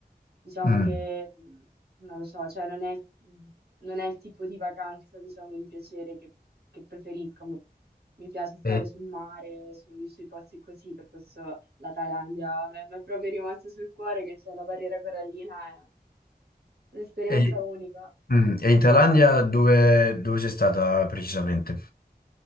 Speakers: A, on the right; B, on the left.
A: Diciamo
B: Mm.
A: che, mh, non lo so, cioè non è, mh, non è il tipo di vacanza, diciamo, di piacere che, che preferisco. Mi mi piace stare
B: E,
A: sul mare, sui, sui posti così, per questo la Thailandia mi è mi è proprio rimasta sul cuore, che c'è la barriera corallina, è un'esperienza
B: e-
A: unica.
B: mm. E in Thailandia dove, dove sei stata precisamente?